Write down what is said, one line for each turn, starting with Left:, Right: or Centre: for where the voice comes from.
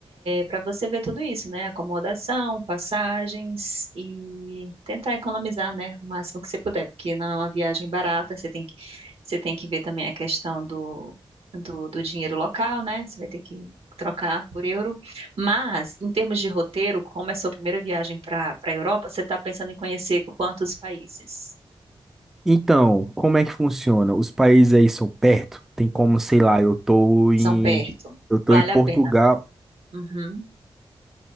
Right: para você ver tudo isso, né? Acomodação, passagens e tentar economizar, né? O máximo que você puder, porque não é uma viagem barata, você tem que, você tem que ver também a questão do, do, do dinheiro local, né? Você vai ter que trocar por euro. Mas, em termos de roteiro, como é sua primeira viagem para para a Europa, você está pensando em conhecer quantos países?
Centre: Então, como é que funciona? Os países aí são perto? Tem como, sei lá, eu tô em
Right: São perto.
Centre: eu tô
Right: Vale
Centre: em Portugal.
Right: a pena. Uhum.